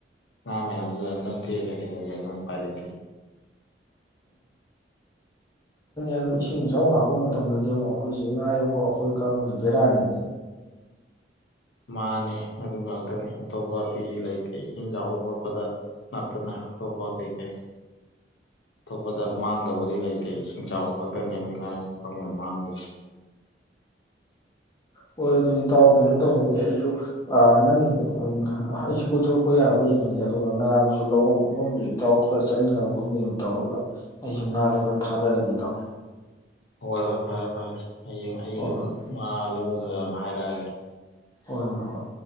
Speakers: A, on the left (about 80°); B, on the left (about 20°).
A: ꯉꯥ ꯃꯌꯥꯝꯗꯨꯗ ꯅꯝꯊꯦ ꯆꯈꯤꯗ ꯑꯗꯨꯝ ꯎꯄꯥꯏ ꯂꯩꯇꯦ
B: ꯑꯗꯣ ꯏꯁꯤꯡ ꯏꯆꯥꯎ ꯂꯥꯛꯄ ꯃꯇꯝꯗꯗꯤ ꯑꯃꯨꯛ ꯑꯩꯈꯣꯏꯁꯦ ꯉꯥ ꯌꯣꯛ ꯑꯩꯈꯣꯏ ꯀꯥꯡꯕꯨꯁꯦ ꯕꯦꯔꯥꯅꯤ
A: ꯃꯥꯅꯤ ꯑꯗꯨ ꯉꯥꯛꯇꯅꯤ ꯑꯇꯣꯞꯄꯗꯤ ꯂꯩꯇꯦ ꯏꯁꯤꯡ ꯆꯥꯎꯕ ꯈꯣꯠꯄꯗ ꯅꯠꯇꯅ ꯑꯇꯣꯞꯄ ꯀꯩꯀꯩ ꯑꯇꯣꯞꯄꯗ ꯃꯥꯡꯗꯧꯕꯗꯤ ꯂꯩꯇꯦ ꯏꯁꯤꯡ ꯆꯥꯎꯕ ꯈꯛꯇꯅꯤ ꯑꯩꯈꯣꯏ ꯉꯥ ꯌꯣꯛꯄ ꯀꯥꯡꯕꯨꯅ ꯃꯥꯡꯉꯤꯁꯦ
B: ꯍꯣꯏ ꯑꯗꯨꯗꯤ ꯇꯗꯥꯥꯎ ꯀꯩꯅꯣ ꯇꯧꯔꯒꯦ ꯑꯩꯁꯨ ꯑ ꯅꯪ ꯑꯩꯁꯨ ꯀꯣꯏꯊꯣꯔꯛꯄ ꯌꯥꯕ꯭ꯔ ꯌꯦꯡꯉꯒꯦ ꯑꯗꯨꯒ ꯉꯥꯗꯨꯁꯨ ꯂꯧꯐꯝ ꯈꯣꯠꯐꯝꯗꯨꯁꯨ ꯏꯇꯥꯎ ꯈꯔ ꯆꯠꯃꯤꯟꯅꯕ ꯈꯣꯠꯃꯤꯟꯅꯕ ꯇꯧꯔꯒ ꯑꯩꯁꯨ ꯉꯥꯗꯣ ꯈꯔ ꯊꯥꯗꯔꯒꯦ ꯏꯇꯥꯎ
A: ꯍꯣꯏ ꯍꯣꯏ ꯐꯔꯦ ꯐꯔꯦ ꯍꯌꯦꯡ ꯑꯩꯒ
B: ꯍꯣꯏ
A: ꯑꯗꯨꯝ
B: ꯍꯣꯏ
A: ꯉꯥ ꯂꯧꯕ <inaudible> ꯍꯥꯏꯔꯛꯑꯒꯦ
B: ꯍꯣꯏ ꯍꯣꯏ ꯍꯣꯏ꯫